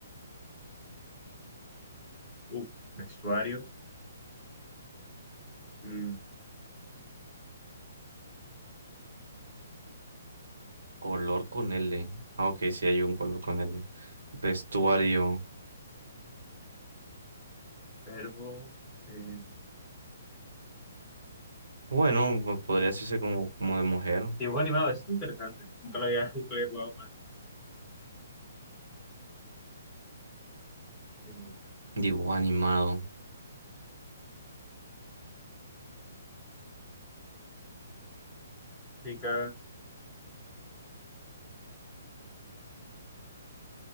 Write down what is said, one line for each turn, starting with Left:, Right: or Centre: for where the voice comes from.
Centre: uf, vestuario, mm,
Right: Color con L. Ah, ok, sí hay un color con L. Vestuario.
Centre: verbo, eh,
Right: Bueno, pues podría decirse como, como
Centre: ah,
Right: de mujer.
Centre: dibujo animado, eso es interesante. Nunca lo había, <laughs> nunca lo había jugado más. Eh,
Right: Digo, animado.
Centre: chica,